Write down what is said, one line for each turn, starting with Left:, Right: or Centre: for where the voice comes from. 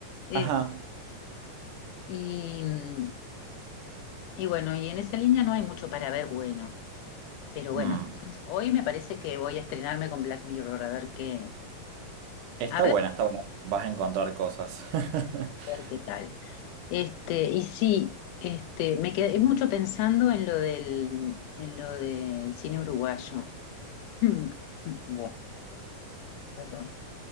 Left: Eh,
Right: Ajá.
Left: y, mm, y bueno, y en esa línea no hay mucho para ver bueno. Pero bueno,
Right: Mm.
Left: hoy me parece que voy a estrenarme con Black Mirror, a ver qué,
Right: Está
Left: a ver,
Right: buena, está buena. Vas a encontrar cosas. <laughs>
Left: a ver qué tal. Este, y sí, este, me quedé mucho pensando en lo del, en lo del cine uruguayo. <clears throat> Mm, Bueno, perdón.